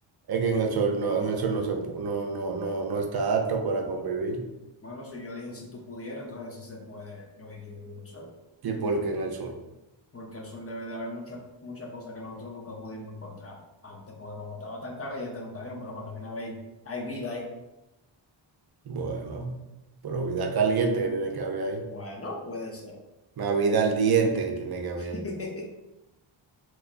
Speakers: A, on the right; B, on the left.
A: Es que en el sol no, en el sol no se pu- no, no, no, no está apto para convivir.
B: Bueno, si yo dije si tú pudieras, entonces si se puede, yo elegiría el sol.
A: ¿Y por qué en el sol?
B: Porque el sol debe de haber muchas muchas cosas que nosotros nunca pudimos encontrar antes, porque como estaba tan caliente, nunca había, pero cuando viene a ver, hay vida ahí.
A: Bueno, pero vida caliente que tiene que haber ahí.
B: Bueno, puede ser.
A: Una vida al diente que tiene que haber
B: <laughs>
A: ahí.